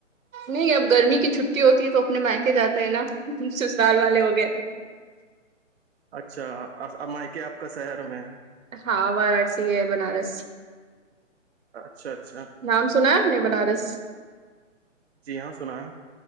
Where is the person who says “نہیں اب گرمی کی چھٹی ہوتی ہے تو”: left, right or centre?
Right